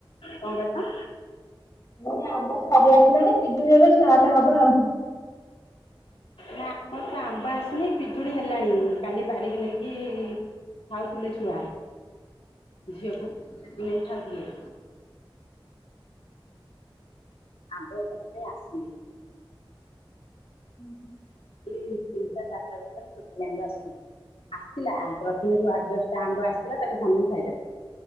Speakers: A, on the left; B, on the left.
A: କଣ କହିଲ?
B: ମୁଁ କନି ଆମ୍ବ ସାରି ଆସିଲାଣି ପିଜୁଳି ଏବେ ଷ୍ଟାର୍ଟ ହବ ଆଉ।
A: ନା ଆମ ତ ଆମ୍ବ ଆସିନି ପିଜୁଳି ହେଲାଣି କଲି ପାରିକି ନେଇକି ଖାଉଥିଲେ ଛୁଆ ଝିଅକୁ ନେଇ ଖାଉଥିଲେ। ଆମ୍ବ ଏ ବର୍ଷ କାଇଁ ଆସିନି।
B: ହୁଁ ହୁଁ।
A: ଖାଲି ତିନିଟା ଚାରିଟା ଗଛରେ ଟୋଟାଳେ ଆମ୍ବ ଆସିିନି। ଆସିଥିଲା ଆଉ ପ୍ରଥମେ ଯୋଉ ଆଠ ଦଶଟା ଆମ୍ବ ଆସିଥିଲା ତାକୁ ହନୁ ଖାଇଦେଲା।